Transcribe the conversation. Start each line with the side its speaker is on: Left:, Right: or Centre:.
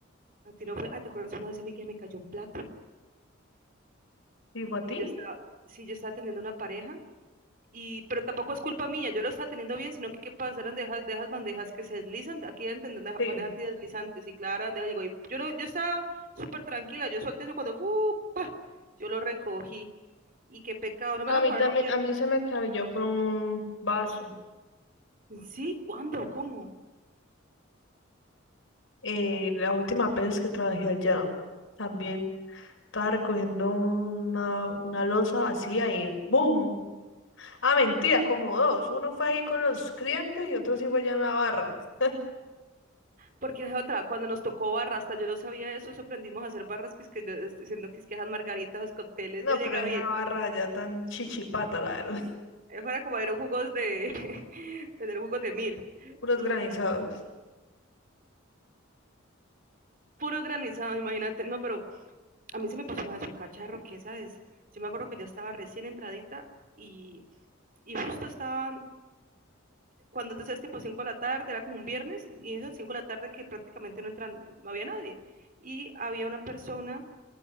Right: A ti no fue. Ah, ¿te acuerdas una vez a mí que me cayó un plato?
Left: ¿Dijo a ti?
Right: Que yo estaba. Sí, yo estaba atendiendo una pareja. Y, pero tampoco es culpa mía, yo lo estaba teniendo bien, sino que qué pasa, eran de esas, de esas bandejas que se deslizan, aquí entender
Left: Sí.
Right: bandejas antideslizantes, y claro, la bandeja llegó, y yo, no, yo estaba súper tranquila, yo solté eso cuando, ¡fupa! yo lo recogí, y qué pecado, no
Left: A
Right: me lo
Left: mí
Right: cobraron,
Left: también,
Right: y,
Left: a mí se me acabó fue un vaso.
Right: Sí, ¿cuándo? ¿Cómo?
Left: Eh, las últimas veces que trabajé allá, también estaba recogiendo una, una loza vacía y ¡boom! Ah, mentira, como dos. Uno fue ahí con los clientes y otro sí fue allá en la barra. <laughs>
Right: Porque es otra, cuando nos tocó barra, hasta yo no sabía eso, eso aprendimos a hacer barras que es que yo estoy diciendo que es que esas margaritas, los cócteles,
Left: No,
Right: yo llegaba
Left: pero esa
Right: y
Left: barra allá tan chichipata, la verdad.
Right: fuera como vender jugos de <laughs> vender jugos de mil,
Left: <laughs> Puros
Right: pues
Left: granizados.
Right: mentira, puros granizados, imagínate. No, pero a mí se me pasó una vez un cacharro que esa es, yo me acuerdo que yo estaba recién entradita y, y justo estaba cuando entonces tipo 5 de la tarde, era como un viernes, y eso 5 de la tarde que prácticamente no entran, no había nadie. Y había una persona